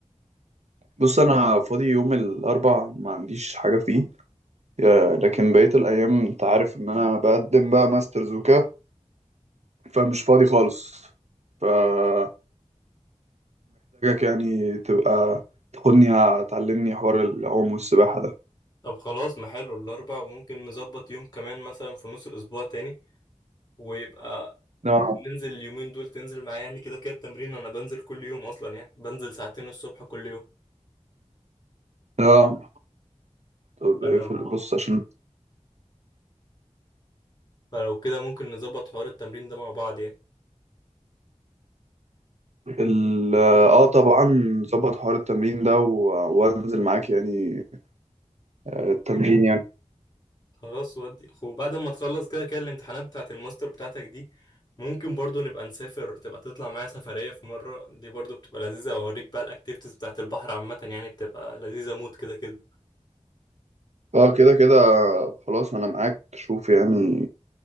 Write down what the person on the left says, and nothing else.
طب خلاص ما حلو الأربع وممكن نظبط يوم كمان مثلا في نص الأسبوع تاني ويبقى
ننزل اليومين دول تنزل معايا يعني كده كده التمرين أنا بنزل كل يوم أصلا يعني بنزل ساعتين الصبح كل يوم
فلو
فلو كده ممكن نظبط حوار التمرين ده مع بعض يعني
خلاص ودي وبعد ما تخلص كده كده الامتحانات بتاعة الماستر بتاعتك دي ممكن برضو نبقى نسافر تبقى تطلع معايا سفرية في مرة دي برضو بتبقى لذيذة أوريك بقى الأكتيفيتيز بتاعة البحر عامة يعني بتبقى لذيذة موت كده كده